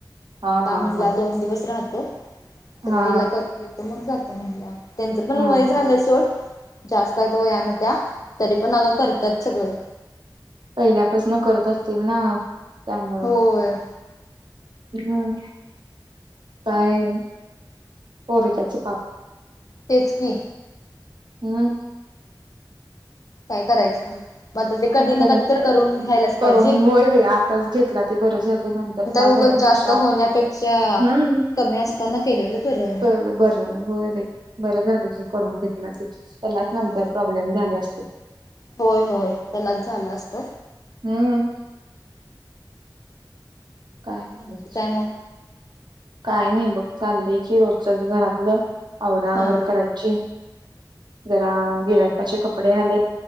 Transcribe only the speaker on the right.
हा
हा
हा
हा
हा
हा
पहिल्यापासन करत असतील ना त्यामुळे
हम् काय पोरीच्या पाप
हम्म.
काय
कराच
करून होय होय आताच घेतला ते बर. झाल्या नंतर त्रास
होण्यापेक्षा
हम्म.
च बरं होय बरं झालं. करून घेतल्या त्याचेच नंतर
त्याला प्रॉब्लेम झाले असते.
हम्म. काय नाही
काय नाही बघ चाललंय की रोजचच घरातलं. आवरावर
करायची जरा गिरायकाचे कपडे आलेत.